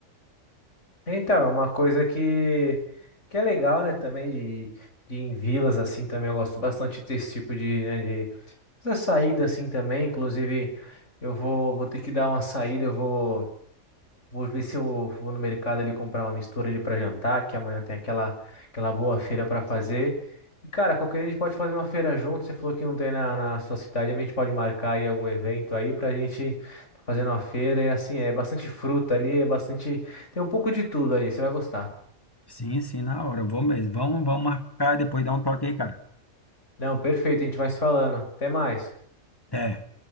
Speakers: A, on the left; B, on the left.
A: Então, é uma coisa que, que é legal, né, também, de, de ir em vilas, assim, também eu gosto bastante desse tipo de, né, de essa saída, assim, também, inclusive, eu vou, vou ter que dar uma saída, eu vou, Vou ver se eu vou no mercado ali comprar uma mistura ali para jantar, que amanhã tem aquela, aquela boa feira para fazer. E cara, qualquer dia a gente pode fazer uma feira junto. Você falou que não tem na, na sua cidade, a gente pode marcar aí algum evento aí pra gente tá fazendo uma feira. E assim, é bastante fruta ali, é bastante. Tem um pouco de tudo ali, você vai gostar.
B: Sim, sim, na hora. Vou mesmo. Vamos, vamos marcar e depois dar um toque aí, cara.
A: Não, perfeito, a gente vai se falando. Até mais.
B: Até.